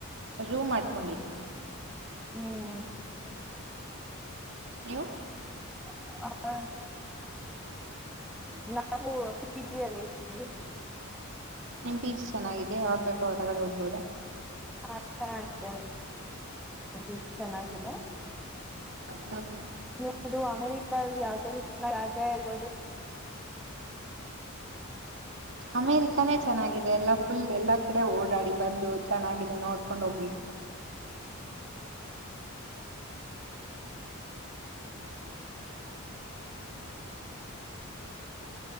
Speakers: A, on the right (about 60°); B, in the centre.
A: ರೂಮ್ ಮಾಡ್ಕೊಂಡಿದ್ವಿ.
B: ಹ್ಮ.
A: ನೀವು
B: <unintelligible> ನಾವು ಪಿಜಿ ಅಲ್ಲಿ ಇರ್ತೀವಿ.
A: ನಿಮ್ ಪಿಜಿ ಚೆನ್ನಾಗಿದೆ ಯಾವಗ್ ಬೇಕ ಹೊರಗಡೆ ಹೋಗಬೋದ.
B: <unintelligible> ಚೆನ್ನಾಗಿದೆ.
A: ಹ್ಮ್
B: ನಿವುದು ಅಮೆರಿಕಲ್ಲಿ ಯಾವ್ದ <unintelligible> ಇರ್ಬೋದು.
A: ಅಮೇರಿಕಾನೇ ಚೆನ್ನಾಗಿದೆ ಎಲ್ಲಾ ಫುಲ್ ಎಲ್ಲಾ ಕಡೆ ಓಡಾಡಿ ಬಂದು ಚೆನ್ನಾಗಿದೆ ನೋಡ್ಕೊಂಡ ಹೋಗಿ.
B: <inaudible>